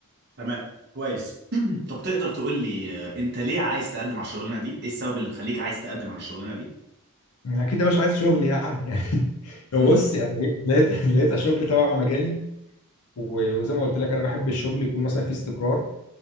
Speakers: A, on the right; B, on the left.
A: تمام كويس <clears throat> طب تقدر تقول لي آه، انت ليه عايز تقدم على الشغلانه دي ايه السبب اللي مخليك عايز تقدم على الشغلانه دي
B: يعني اكيد يا باشا عايز شغل يعني <laughs> يعني
A: مم.
B: بص يعني لقيت لقيت شغل تبع مجالي و- وزي ما قلت لك انا بحب الشغل يكون مثلا فيه استقرار